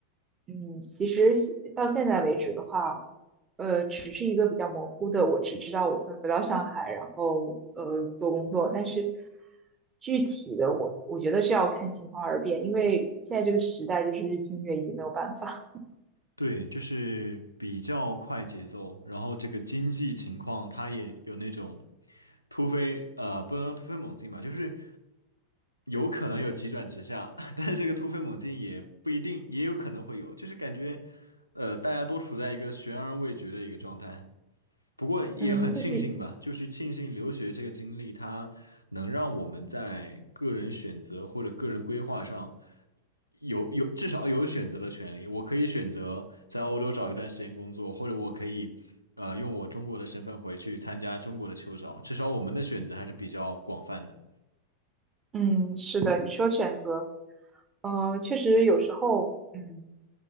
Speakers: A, on the right; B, on the left.
A: 嗯，其实现到现在为止的话，呃，只是一个比较模糊的，我只知道我会回到上海，然后呃做工作，但是具体的我我觉得是要看情况而变，因为现在这个时代就是日新月异，没有办法。
B: 对，就是比较快节奏，然后这个经济情况它也有那种突飞，呃，不能说突飞猛进吧，就是有可能有急转直下，<laughs> 但是这个突飞猛进也不一定，也有可能会有，就是感觉，呃，大家都处在一个悬而未决的一个状态。不过也很庆幸吧，
A: <laughs> 嗯，就是
B: 就是庆幸留学这个经历，它能让我们在个人选择或者个人规划上有有至少有选择的权利。我可以选择在欧洲找一段时间工作，或者我可以呃用我中国的身份回去参加中国的秋招。至少我们的选择还是比较广泛的。
A: 嗯，是的，你说选择，嗯，确实有时候，嗯。